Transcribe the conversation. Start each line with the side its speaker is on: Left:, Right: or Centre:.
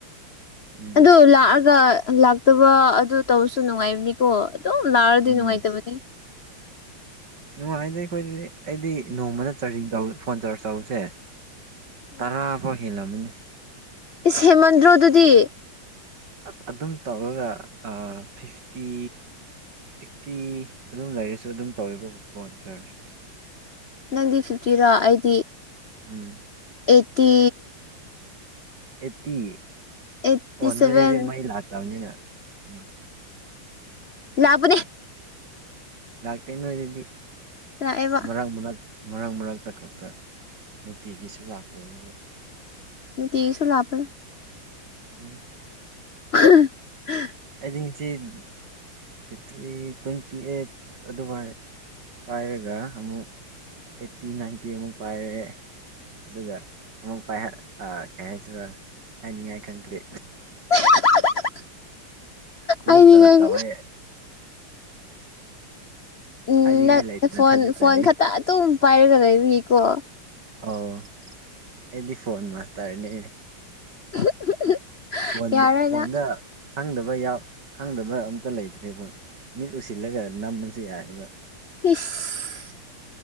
Right: ꯎꯝ
Left: ꯑꯗꯨ ꯂꯥꯛꯑꯒ ꯂꯥꯛꯇꯕ ꯑꯗꯨ ꯇꯧꯕꯁꯨ ꯅꯨꯡꯉꯥꯏꯕꯅꯤꯀꯣ ꯗꯨꯝ ꯂꯥꯑꯗꯤ
Right: ꯎꯝ
Left: ꯅꯨꯡꯉꯥꯏꯇꯕꯅꯤ
Right: ꯅꯨꯡꯉꯥꯏꯗ ꯑꯩꯈꯣꯏꯗꯗꯤ ꯑꯩꯗꯤ ꯅꯣꯡꯃꯗ ꯆꯥꯖꯤꯡ ꯇꯧ ꯐꯣꯟ ꯆꯥ꯭ꯔꯁ ꯇꯧꯕꯁꯦ
Left: ꯎꯝ
Right: ꯇꯔꯥꯐꯥꯎ ꯍꯦꯜꯂꯝꯃꯅꯤ
Left: ꯏꯁ ꯍꯦꯃꯟꯗ꯭ꯔꯣꯗꯨꯗꯤ
Right: ꯑ ꯑꯗꯨꯝ ꯇꯧꯔꯒ ꯐꯤꯐꯇꯤ ꯁꯤꯛꯁꯇꯤ ꯑꯗꯨꯝ ꯂꯩꯔꯁꯨ ꯑꯗꯨꯝ ꯇꯧꯋꯦꯕ ꯐꯣꯟ ꯆꯥ꯭ꯔꯁꯦ
Left: ꯅꯪꯗꯤ ꯐꯤꯐꯇꯤꯔꯣ ꯑꯩꯗꯤ
Right: ꯎꯝ
Left: ꯑꯩꯠꯇꯤ
Right: ꯑꯦꯠꯇꯤ
Left: ꯑꯩꯠꯇꯤ
Right: ꯑꯣ ꯅꯣꯏꯁꯤꯗꯤ
Left: ꯁꯚꯦꯟ
Right: ꯃꯩ ꯂꯥꯛꯇꯕꯅꯤꯅ ꯎꯝ
Left: ꯂꯥꯛꯕꯅꯦ
Right: ꯂꯥꯛꯇꯦ ꯅꯣꯏꯗꯨꯗꯤ
Left: ꯂꯥꯛꯑꯦꯕ
Right: ꯃꯔꯛ ꯃꯔꯛ ꯃꯔꯛ ꯃꯔꯛꯇ ꯈꯛꯇ ꯅꯨꯡꯇꯤꯒꯤꯁꯨ ꯂꯥꯛꯇꯕꯕꯨ
Left: ꯅꯨꯡꯇꯤꯒꯤ ꯁꯨꯝ ꯂꯥꯛꯄꯅꯦ
Right: ꯎꯝ
Left: <unintelligible>
Right: ꯑꯩꯗꯤꯉꯤꯁꯤꯠ ꯕꯦꯇ꯭ꯔꯤ ꯇ꯭ꯋꯦꯟꯇꯤ ꯑꯩꯠ ꯑꯗꯨꯏ ꯄꯥꯏꯔꯒ ꯑꯃꯨꯛ ꯑꯩꯠꯇꯤ ꯅꯥꯏꯟꯇꯤ ꯑꯃꯨꯛ ꯄꯥꯏꯔꯦ ꯑꯗꯨꯒ ꯑꯃꯨꯛ ꯀꯩ ꯍꯥꯏꯁꯤꯔ ꯍꯥꯏꯅꯤꯡꯉꯥꯏ ꯈꯪꯗ꯭ꯔꯦ
Left: <unintelligible>
Right: ꯑꯃꯨꯛ
Left: ꯑꯩꯗꯤ
Right: ꯆꯥꯔꯖ
Left: ꯅꯪ
Right: ꯇꯧꯋꯦ
Left: ꯎꯝ
Right: ꯍꯥꯏꯅꯤꯡꯉꯥꯏ
Left: ꯅꯪ
Right: ꯂꯩꯇꯅ
Left: ꯐꯣꯟ
Right: ꯊꯥꯒꯠꯆꯔꯤ
Left: ꯐꯣꯟ ꯈꯛꯇ ꯑꯗꯨꯝ ꯄꯥꯏꯔꯒ ꯂꯩꯕꯒꯤꯀꯣ
Right: ꯑꯣ ꯑꯩꯗꯤ ꯐꯣꯟ ꯃꯥꯁꯇꯥꯔ ꯅꯦ
Left: <unintelligible>
Right: ꯋꯥꯟꯗ
Left: ꯌꯥꯔꯣꯏ
Right: ꯋꯥꯟꯗꯥ
Left: ꯅꯪ
Right: ꯈꯪꯗꯕ ꯌꯥꯎ ꯈꯪꯗꯕ ꯑꯝꯇ ꯂꯩꯇ꯭ꯔꯦꯕ ꯃꯤꯠ ꯎꯁꯤꯜꯂꯒ ꯅꯝꯕꯁꯨ ꯌꯥꯏꯕ
Left: ꯏꯁ